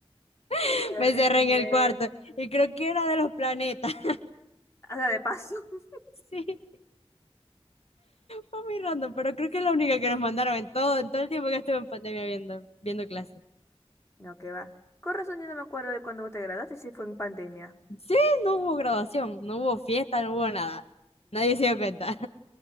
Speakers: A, on the left (about 75°); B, on the left (about 25°).
A: <laughs>
B: terrible.
A: Me cerré en el cuarto. Y creo que era de los planetas. <laughs>
B: Haga de paso. <laughs>
A: Sí, fue muy random, pero creo que es la única que nos mandaron en todo, en todo el tiempo que estuve en pandemia viendo, viendo clases.
B: No, qué va. Con razón yo no me acuerdo de cuando vos te graduaste, si fue en pandemia.
A: Sí, no hubo graduación, no hubo fiesta, no hubo nada. Nadie se dio cuenta.